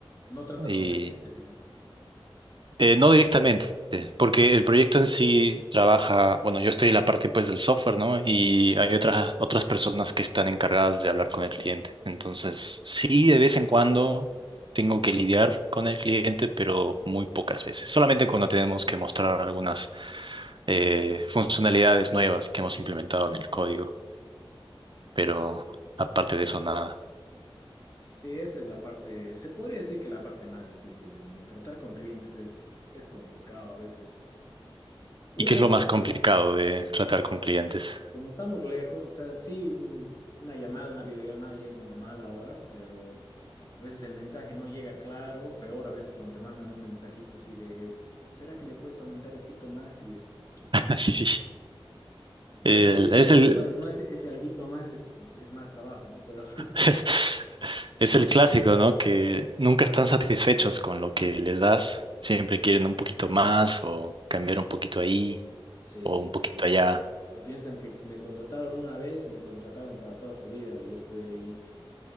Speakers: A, on the left; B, on the right.
A: No tratas
B: y
A: con clientes, digamos.
B: eh, no directamente, porque el proyecto en sí trabaja, bueno, yo estoy en la parte pues del software, ¿no? Y hay otras, otras personas que están encargadas de hablar con el cliente. Entonces, sí, de vez en cuando tengo que lidiar con el cliente, pero muy pocas veces. Solamente cuando tenemos que mostrar algunas eh, funcionalidades nuevas que hemos implementado en el código. pero aparte de eso, nada.
A: Sí, esa es la parte, se podría decir que la parte más difícil del mío. Tratar con clientes es, es complicado a veces.
B: ¿Y
A: Uno,
B: qué es lo más
A: como-
B: complicado de tratar con clientes?
A: Como estamos lejos, o sea, sí, un- una llamada, una videollamada ya es normal ahora, pero a veces el mensaje no llega claro, peor a veces cuando te mandan un mensajito así de, ¿será que le puedes aumentar estito más? Y es como que
B: <laughs> Sí,
A: no
B: el-
A: es así la
B: es
A: cosa,
B: el,
A: no, no es ese alguito más, es, es más trabajo, ¿no? Pero <laughs>
B: <laughs> es el clásico, ¿no? Que nunca están satisfechos con lo que les das, siempre quieren un poquito más o cambiar un poquito ahí
A: sí,
B: o un poquito
A: sí.
B: allá.
A: O piensan que me contrataron una vez y me contrataron para toda su vida y yo estoy ahí.